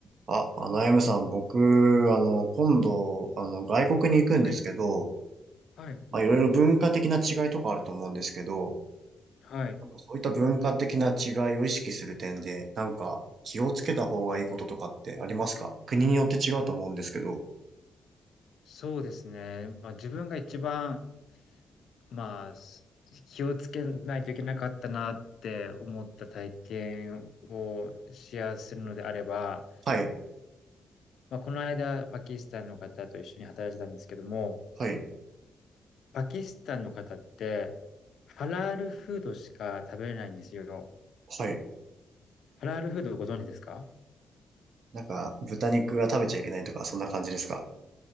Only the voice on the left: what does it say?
はい、はい、
はい。
そうですね。まあ自分が一番、まあ、す気をつけないといけなかったなって思った体験をシェアするのであれば、
まあこの間パキスタンの方と一緒に働いてたんですけども、
パキスタンの方ってハラールフードしか食べれないんですよ。
ハラールフードご存知ですか